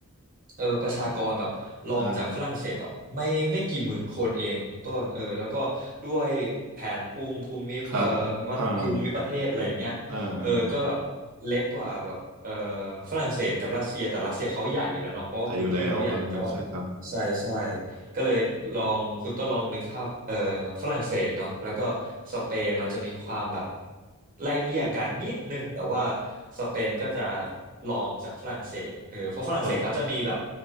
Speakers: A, on the right; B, on the right.
A: เออประชากรแบบรองจากฝรั่งเศสแบบไม่ไม่กี่หมื่นคนเองคุณต้นเออแล้วก็ด้วยแผนภูมิภูมิเอ่อ
B: <laughs> อ่าครับอ่า
A: วัดภูมิประเทศอะไรอย่างเงี้ยเออก็แบบเล็กกว่าแบบเอ่อ
B: คุณอ่าอ่า
A: ฝรั่งเศสกับรัสเซียแต่รัสเซียเขาใหญ่อยู่แล้วเนาะเพราะว่าพื้นที่เขาใหญ่แต่ว่า
B: ไปอยู่แล้วเออใช่ครับ
A: ใช่ใช่ ก็เลยลองคุณต้องลองนึกภาพเอ่อฝรั่งเศสเนาะแล้วก็สเปนมันจะมีความแบบไล่เลี่ยกันนิดนึงแต่ว่า
B: เอ๊ะ
A: สเปนก็จะลองจากฝรั่งเศสเออเพราะฝรั่งเศสเขาจะมีแบบ
B: ครับ